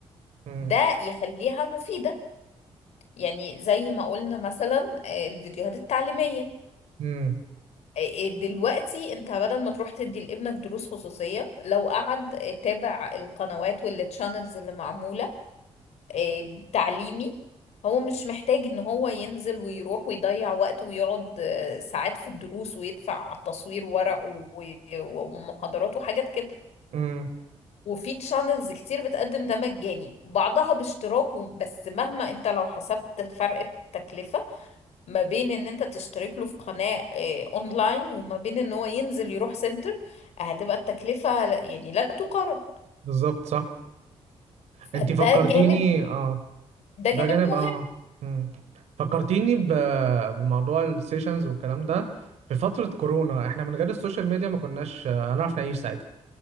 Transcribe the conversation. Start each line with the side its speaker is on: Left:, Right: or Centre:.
Right: مم.
Left: ده يخليها مفيدة يعني زي ما قلنا مثلا آه، الفيديوهات التعليمية
Right: مم.
Left: آه، آه، دلوقتي انت بدل ما تروح تدي لابنك دروس خصوصية لو قعد آه، تابع القنوات والتشانلز اللي معمولة آه، تعليمي هو مش محتاج ان هو ينزل ويروح ويضيع وقت ويقعد آه، ساعات في الدروس ويدفع تصوير ورق و- و- ومحاضرات وحاجات كده
Right: مم.
Left: وفي تشانلز كتير بتقدم ده مجاني بعضها باشتراك و- بس مهما انت لو حسبت فرق التكلفة ما بين ان انت تشترك له في قناة آه، اونلاين وما بين ان هو ينزل يروح سنتر هتبقى التكلفة يعني لا تقارن
Right: بالظبط صح
Left: فده
Right: انتي فكرتيني
Left: جانب
Right: اه
Left: ده
Right: ده
Left: جانب
Right: جانب
Left: مهم
Right: اه مم. فكرتيني ب... بموضوع السيشنز والكلام ده في فترة كورونا احنا من غير السوشيال ميديا ما كناش آه، هنعرف نعيش ساعتها